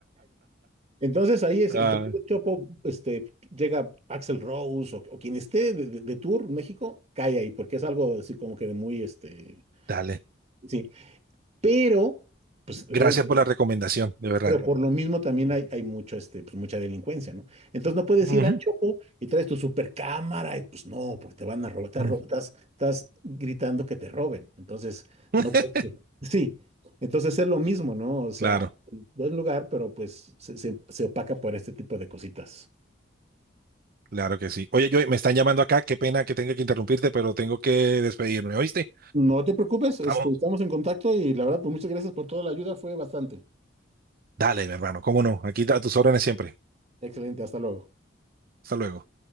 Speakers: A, on the right (about 35°); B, on the right (about 50°).
A: Entonces ahí es el
B: Ah,
A: que tiene Chopo, este, llega Axel Rose o, o quien esté de, de- de tour en México, cae ahí, porque es algo así como que de muy, este,
B: dale,
A: sí. Pero, pues, obviamente
B: gracias por la recomendación, de verdad.
A: Pero por lo mismo también hay, hay mucho, este, pues, mucha delincuencia, ¿no? Entonces no puedes
B: Ujú,
A: ir al Chopo y traes tu supercámara y pues no, porque te van a robar, te
B: ujú.
A: ro- estás- estás gritando que te roben. Entonces
B: <laughs>
A: no puedes. pues, Sí, entonces es lo mismo, ¿no? O sea,
B: Claro,
A: buen lugar, pero pues se, se- se opaca por este tipo de cositas.
B: claro que sí. Oye, yo me están llamando acá, qué pena que tenga que interrumpirte, pero tengo que despedirme, ¿oíste?
A: No te preocupes, este,
B: Estamos.
A: estamos en contacto y la verdad, pues muchas gracias por toda la ayuda, fue bastante.
B: Dale, mi hermano, cómo no, aquí a tus órdenes siempre.
A: Excelente, hasta luego.
B: Hasta luego.